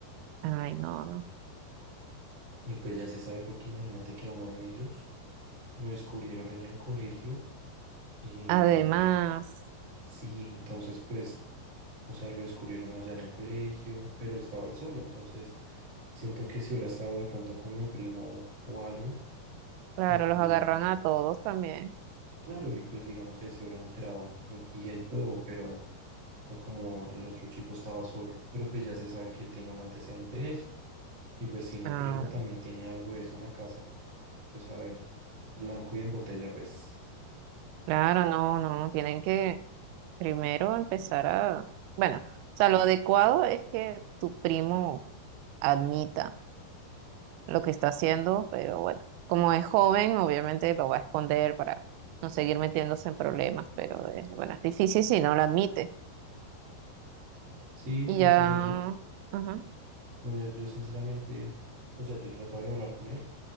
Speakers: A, on the right; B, on the right.
A: Ay, no, no.
B: Y pues ya se sabe porque imagínate que a uno de ellos lo descubrieron en el colegio. em,
A: Además,
B: sí, entonces pues, o sea, lo descubrieron allá en el colegio, pero estaba él solo. Entonces siento que si hubiera estado de pronto con mi primo o algo,
A: claro,
B: em,
A: los agarran a todos también.
B: claro, y pues digamos ahí se hubiera enterado mi tía y todo, pero... O sea, como el otro chico estaba solo, pero pues ya se sabe que él tiene un antecedente de eso. Y pues si mi
A: Ah,
B: primo también tiene algo de eso en la casa, pues a ver, blanco y en botella, pues
A: claro, no, no, tienen que primero empezar a, bueno, o sea, lo adecuado es que tu primo admita. lo que está haciendo, pero bueno, como es joven, obviamente lo va a esconder para no seguir metiéndose en problemas, pero eh, bueno, es difícil si no lo admite.
B: sí,
A: Y
B: pues
A: ya,
B: o sea, yo,
A: ajá,
B: yo, yo sinceramente, o sea, yo trataba de hablar con él